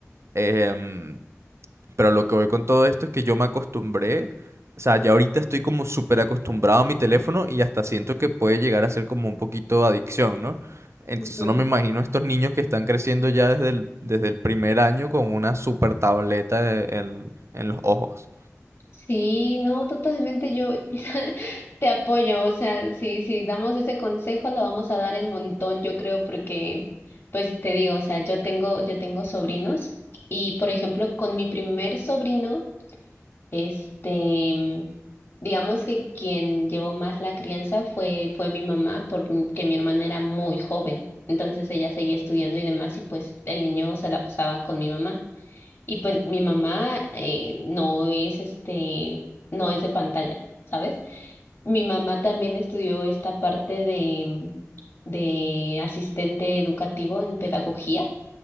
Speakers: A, on the right (about 60°); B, on the left (about 50°).
A: Em, pero lo que voy con todo esto es que yo me acostumbré, o sea, ya ahorita estoy como súper acostumbrado a mi teléfono y hasta siento que puede llegar a ser como un poquito adicción, ¿no? Entonces
B: Ujú.
A: no me imagino estos niños que están creciendo ya desde el, desde el primer año con una súper tableta en, en los ojos.
B: Sí, no, totalmente yo <laughs> te apoyo, o sea, si, si damos ese consejo lo vamos a dar en montón, yo creo, porque, pues te digo, o sea, yo tengo, yo tengo sobrinos y, por ejemplo, con mi primer sobrino, Este, digamos que quien llevó más la crianza fue, fue mi mamá, porque mi hermana era muy joven. Entonces ella seguía estudiando y demás, y pues el niño se la pasaba con mi mamá. Y pues mi mamá eh, no es este, no es de pantallas, ¿sabes? Mi mamá también estudió esta parte de, de asistente educativo en pedagogía.